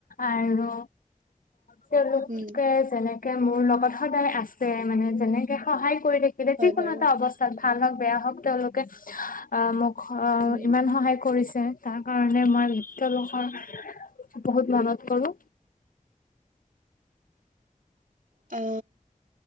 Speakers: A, on the left; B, on the right.
A: আৰু তেওঁলোকে
B: উম
A: যেনেকে মোৰ লগত সদায় আছে মানে যেনেকে সহায় কৰি থাকিলে
B: হয়
A: যিকোনো
B: বাৰু
A: এটা অৱস্থা ভাল হওঁক বেয়া হওঁক তেওঁলোকে অ মোক অ
B: উম
A: ইমান
B: উম
A: সহায় কৰিছে তাৰ কাৰণে মই তেওঁলোকৰ বহুত মনত কৰো
B: অ